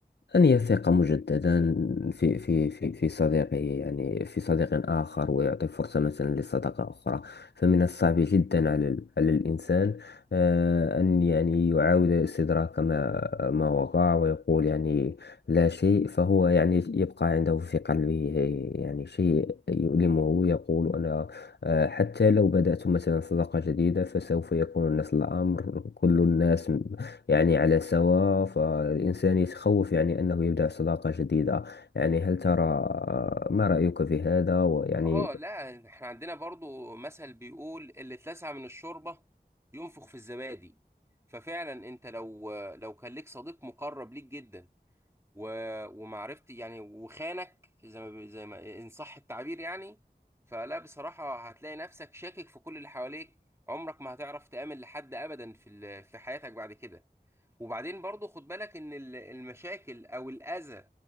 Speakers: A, on the left; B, on the right.
A: أن يثق مجددا في في في في صديقه يعني في صديق آخر ويعطي فرصة مثلا لصداقة أخرى فمن الصعب جدا على ال- على الإنسان آه، أن يعني يعاود استدراك ما ما وقع ويقول يعني لا شيء فهو يعني يبقى عنده في قلبه يعني شيء يؤلمه يقول أنا آه، حتى لو بدأت مثلا صداقة جديدة فسوف يكون نفس الأمر كل الناس م- يعني على سواء فالإنسان يتخوف يعني أنه يبدأ صداقة جديدة يعني هل ترى آه، ما رأيك في هذا ويعني
B: اه لا احنا عندنا برضو مثل بيقول اللي اتلسع من الشوربة ينفخ في الزبادي ففعلا انت لو آه، لو كان ليك صديق مقرب ليك جدا و... ومعرفتي يعني وخانك زي ما زي ما ان صح التعبير يعني فلا بصراحة هتلاقي نفسك شاكك في كل اللي حواليك عمرك ما هتعرف تآمن لحد أبدا في ال... في حياتك بعد كده وبعدين برضو خد بالك ان ال- المشاكل او الاذى